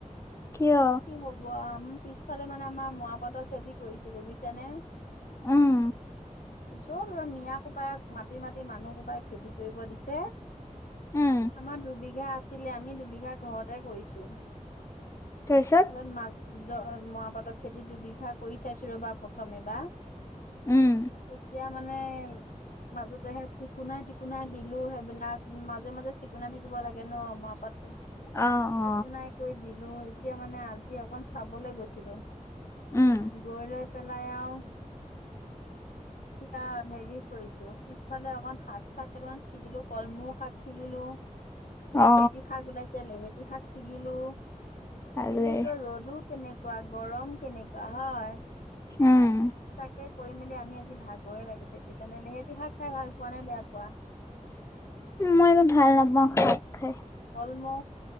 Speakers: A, on the left (about 20°); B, on the left (about 85°).
A: কিয়?
B: কি হ'ব আৱ পিছফালে মানে আমা ময়া পাতৰ খেতি কৰিছিলো বুজিছানে
A: উম
B: চব এই মিয়া সোপাক মাতি মাতি মানুহসোপাই খেদি কৰিব দিছে।
A: উম
B: আমাৰ দুবিঘা আছিলে আমি দুবিঘা ঘৰতে কৰিছো।
A: তাপিছত
B: তাপাছত মা দ মৰা পাতৰ খেতি দুবিঘা কৰি চাইছো ৰ'বা প্ৰথম এবা
A: উম
B: এতিয়া মানে মাজতে সে চিকুনাই-টিকুনাই দিলো সেইবিলাক মাজে মাজে চিকুণাই থাকিব লাগে ন' ময়া পাতটো
A: অ অ
B: চিকুনাই কৰি দিলোঁ এতিয়া মানে আজি অকন চাবলৈ গৈছিলোঁ।
A: উম
B: গৈ লৈ পেলাই আৰৱ এতিয়া হেৰি কৰিছো পিছফালে অকমান শাক-চাক কেটামান ছিগিলো, কলমৌ শাক ছিগিলো। লেহেতি
A: অ
B: শাক গোনাইছে লেহেতি শাক ছিগিলো।
A: ভালেই
B: ছিগি কৰি ৰ'দো কেনেকুৱা, গৰম কেনেকুৱা হয়।
A: উম
B: তাকে কৰি মেলি আনি আজি ভাগৰে লাগিছে বিচনেলি লেহেতি শাক খাই ভাল পোৱা নে বেয়া পোৱা?
A: মই এইবোৰ ভাল নাপাওঁ শাপ খাই।
B: কলম